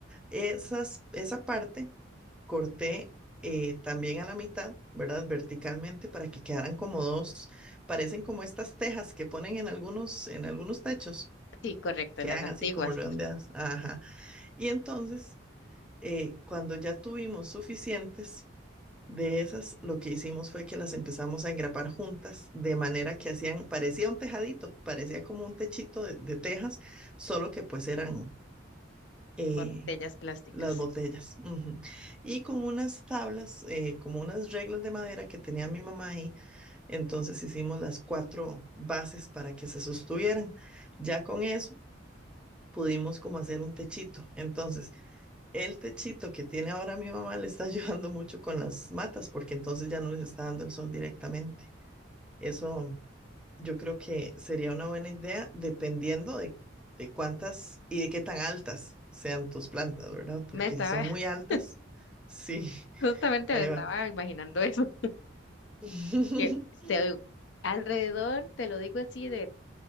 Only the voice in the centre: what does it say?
Esas, esa parte corté eh, también a la mitad, ¿verdad? Verticalmente para que quedaran como dos, parecen como estas tejas que ponen en algunos, en algunos techos,
quedan
así como redondeadas. Ajá. Y entonces, eh, cuando ya tuvimos suficientes, de esas, lo que hicimos fue que las empezamos a engrapar juntas, de manera que hacían, parecía un tejadito, parecía como un techito de, de tejas, solo que pues eran eh,
las botellas. ujú. Y con unas tablas, eh, como unas reglas de madera que tenía mi mamá ahí, entonces hicimos las cuatro bases para que se sostuvieran. Ya con eso pudimos como hacer un techito. Entonces, el techito que tiene ahora mi mamá le está <laughs> ayudando mucho con las matas, porque entonces ya no les está dando el sol directamente. Eso yo creo que sería una buena idea, dependiendo de, de cuántas y de qué tan altas sean tus plantas, ¿verdad? Porque
si son
muy altas, sí, <laughs>
ahí
va.
<gasps>
<laughs>